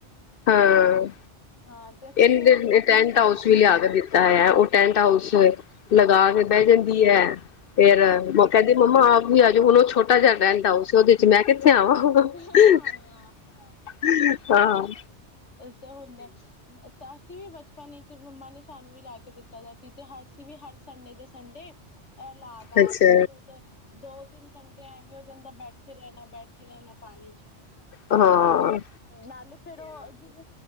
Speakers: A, on the left (about 60°); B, on the left (about 75°).
A: ਹਾਂ,
B: ਹਾਂ ਤੇ ਅਸੀਂ
A: ਇਹ
B: ਵੀ ਉਹਦੇ ਅੰਦਰ
A: ਟੈਂਟ
B: ਨਹਾਂਦੇ
A: ਹਾਊਸ
B: ਹੁੰਦੇ ਸੀ।
A: ਵੀ ਲਿਆ ਕੇ ਦਿੱਤਾ ਹੈ ਉਹ ਟੈਂਟ ਹਾਊਸ ਗ ਕੇ ਬਹਿ ਜਾਂਦੀ ਹੈ ਫੇਰ ਉਹ ਕਹਿੰਦੀ ਮੰਮਾ ਨਹੀਂ ਹਜੇ ਓ ਛੋਟਾ ਛੋਟਾ ਜਾ ਟੈਂਟ ਹਾਊਸ ਉਹਦੇ ਚ <unintelligible> <unintelligible>
B: ਹਾਂ
A: ਹਾਂ।
B: ਉਹ ਤਾਂ ਹੁੰਦਾ ਅਸੀਂ ਵੀ ਬਚਪਨ ਵਿੱਚ ਮੰਮਾ ਨੇ ਸਾਨੂੰ ਵੀ ਲਾ ਕੇ ਦਿੱਤਾ ਦਾ ਸੀ ਤੇ ਅਸੀਂ ਵੀ ਹਰ ਸੰਡੇ ਦੇ ਸੰਡੇ ਐ ਲਗ ਆ
A: ਅੱਛਾ
B: ਕੇ <unintelligible> ਤਿੰਨ ਘੰਟੇ ਐਵੇਂ ਉਹਦੇ ਅੰਦਰ ਬੈਠੇ ਰਹਿਣਾ ਬੈਠੇ ਰਹਿਣਾ ਪਾਣੀ ਚ।
A: ਹਾਂ
B: ਨਾਲੇ ਫੇਰ ਉਹ ਜਿਵੇਂ